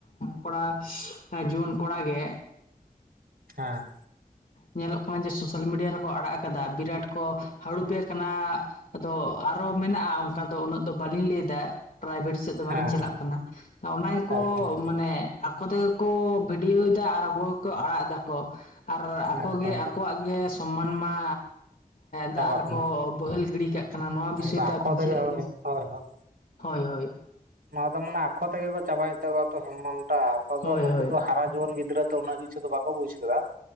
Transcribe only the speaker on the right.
ᱦᱟᱸ
ᱦᱮᱸ
ᱦᱮᱸ
ᱮᱠᱫᱚᱢ
ᱮᱠᱫᱚᱢ ᱮᱠᱫᱚᱢ
ᱪᱟᱵᱟᱜ
ᱠᱟᱱᱟ
ᱮᱠᱫᱚᱢ
ᱟᱠᱚ
ᱛᱮᱜᱮ
ᱦᱳᱭ
ᱦᱳᱭ ᱦᱳᱭ
ᱱᱚᱣᱟ ᱫᱚ ᱢᱟᱱᱮ ᱟᱠᱚ ᱛᱮᱜᱮ ᱠᱚ ᱪᱟᱵᱟᱭᱮᱫ ᱛᱟᱠᱚᱣᱟ ᱛᱚ ᱥᱚᱢᱢᱟᱱᱟ ᱴᱟᱠ, ᱟᱠᱚ
ᱫᱚ ᱱᱩᱠᱩ
ᱫᱚ ᱦᱟᱨᱟ ᱡᱩᱣᱟᱹᱱ ᱜᱤᱫᱽᱨᱟᱹ ᱾ ᱛᱚ ᱩᱱᱟᱹᱜ ᱠᱤᱪᱷᱩ ᱫᱚ ᱵᱟᱠᱚ ᱵᱩᱡᱽ ᱟᱠᱟᱫᱟ ᱾